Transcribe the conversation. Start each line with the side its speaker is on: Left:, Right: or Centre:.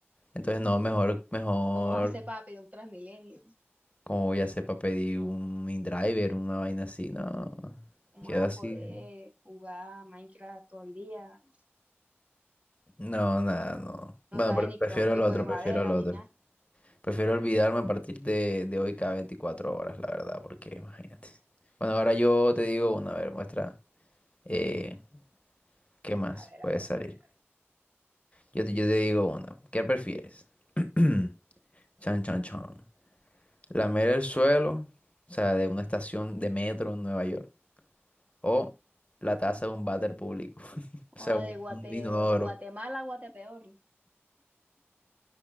Left: Entonces, no, mejor, mejor.
Right: ¿Cómo vas a hacer para pedir un Transmilenio?
Left: ¿Cómo voy a hacer para pedir un InDriver, una vaina así? No,
Right: ¿Cómo
Left: quedo
Right: vas
Left: así.
Right: a poder jugar Minecraft todo el día? No, sa-
Left: No, nada, no.
Right: no
Left: Bueno,
Right: sabes
Left: pero
Right: ni
Left: prefiero
Right: crear un pico
Left: el otro,
Right: de madera
Left: prefiero el otro.
Right: ni nada.
Left: Prefiero olvidarme a partir de, de hoy cada 24 horas, la verdad, porque imagínate. Bueno, ahora yo te digo una, a ver, muestra eh, qué más
Right: A ver,
Left: puede
Right: a ver,
Left: salir.
Right: a ver. a ver.
Left: Yo, te- yo te digo una, ¿qué prefieres? <clears throat> Chan, chan, chan. Lamer el suelo, o sea, de una estación de metro en Nueva York. O la taza de un váter público. <laughs> O
Right: Oh,
Left: sea, un,
Right: de Guate,
Left: un inodoro.
Right: de Guatemala a Guatepeor. No